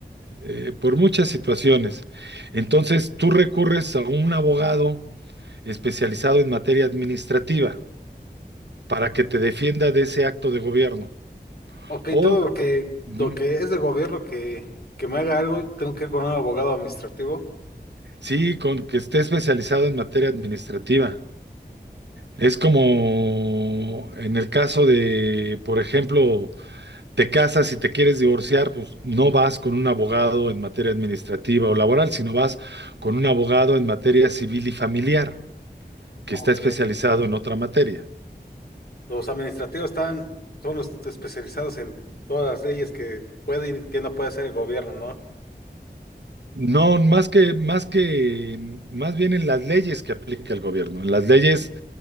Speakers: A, on the right (about 80°); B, on the left (about 65°).
A: eh, por muchas situaciones. Entonces, tú recurres a un abogado especializado en materia administrativa para que te defienda de ese acto de gobierno.
B: ok,
A: O,
B: todo lo que,
A: ujú,
B: lo que es de gobierno que, que me haga algo, tengo que ir con un abogado administrativo.
A: sí, con que esté especializado en materia administrativa. Es como en el caso de, por ejemplo, te casas y te quieres divorciar, pues no vas con un abogado en materia administrativa o laboral, sino vas con un abogado en materia civil y familiar, que
B: Ok.
A: está especializado en otra materia.
B: Los administrativos están, son los especializados en todas las leyes que puede y que no puede hacer el gobierno, ¿no?
A: No, más que, más que, en- más bien en las leyes que aplica el gobierno, en las leyes